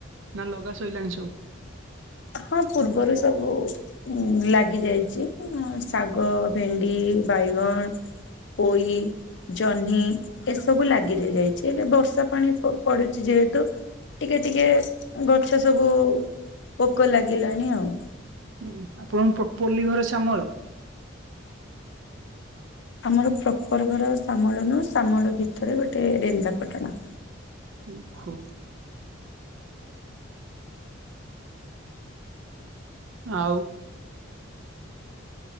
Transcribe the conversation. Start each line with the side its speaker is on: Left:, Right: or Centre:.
Right: ନା ଲଗା ସଇଲାଣି ସବୁ।
Left: ହଁ ପୂର୍ବରୁ ସବୁ ଲାଗି ଯାଇଛି ଶାଗ, ଭେଣ୍ଡି ବାଇଗଣ, ପୋଇ ଜହ୍ନି ଏସବୁ ଲାଗିରହି ଯାଇଛି ହେଲେ ବର୍ଷା ପାଣି ପଡୁଛି ଯେହେତୁ ଟିକେ ଟିକେ ଗଛ ସବୁ ପୋକ ଲାଗିଲାଣି ଆଉ।
Right: ହୁଁ ଆପଣଙ୍କ ପ୍ରପଲି ଘର ଶ୍ୟାମଳ।
Left: ଆମର ପ୍ରପର ଘର ସାମଳ ନୁହଁ ସାମଳ ଭିତରେ ଗୋଟେ ରେନ୍ଦା ପାଟଣା।
Right: ଓ ହୋ। ଆଉ।